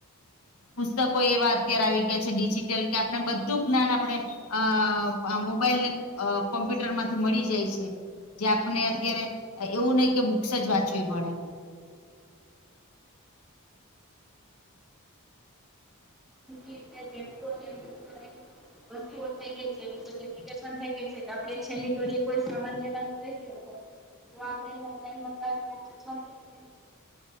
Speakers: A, on the left (about 85°); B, in the centre.
A: પુસ્તકો એવા અત્યારે આવી ગયા છે ડિજિટલ કે આપણે બધું જ્ઞાન આપણે હા મોબાઈલ ને કોમ્પ્યુટર માંથી મળી જાય છે. જે આપણે અત્યારે એવું નહિ કે બુક્સ જ વાંચવી પડે
B: <unintelligible> વસ્તુઓ થઈ ગઈ છે કે એપ્લિકેશન થઈ ગઈ છે કે આપડે છેલ્લી ઘરે કોઈ સામાન લેવાનું થઈ ગયો હોય <unintelligible>